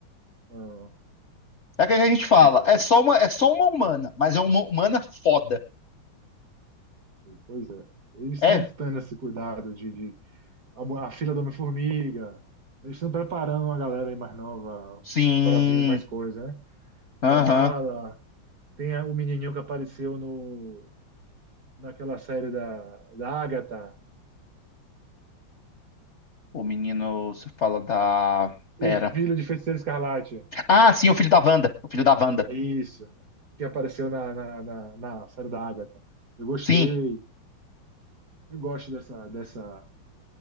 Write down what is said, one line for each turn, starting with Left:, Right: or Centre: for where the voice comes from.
Right: Ah,
Left: É o que a gente fala.
Right: pois é.
Left: É só uma, é só uma humana, mas é uma humana foda.
Right: Pois é. Eles estão
Left: É?
Right: tendo esse cuidado de, de- a, mu- a filha do Homem-Formiga. Eles estão preparando uma galera aí mais nova
Left: Sim.
Right: para vir mais coisa, né?
Left: Aham.
Right: Kamala, tem a- o menininho que apareceu no, naquela série da, da Agatha,
Left: O menino, você fala da.
Right: o
Left: Pera.
Right: filho de Feiticeiro Escarlate.
Left: Ah, sim, o filho da Wanda. O filho da Wanda.
Right: É isso, que apareceu na, na, na, na série da Agatha. Eu gostei,
Left: Sim,
Right: eu gosto dessa, dessa